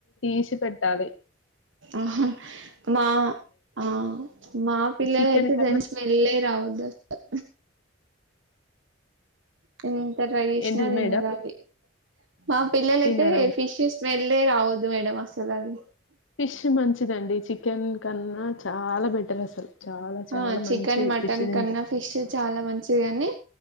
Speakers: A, on the left (about 75°); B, on the right (about 70°).
A: తీసిపెట్టాలి
B: ఆహా మా ఆ మా పిల్లలైతే
A: చికెన్ కన్నా
B: దాని స్మెల్యే రావొద్దు అసల నేను ఎంత ట్రై చేసినా
A: ఏంటిది
B: తినరు
A: మేడం
B: అవి మా పిల్లలైతే
A: తినరా?
B: ఫిష్ స్మెల్ ఏ రావద్దు మేడం అసలు అది
A: ఫిష్ మంచిదండి చికెన్ కన్నా చాలా బెటర్ అసలు చాలా చాలా
B: ఆ చికెన్
A: మంచిది
B: మటన్
A: ఫిష్ తింటే.
B: కన్నా ఫిష్ చాలా మంచిది కాని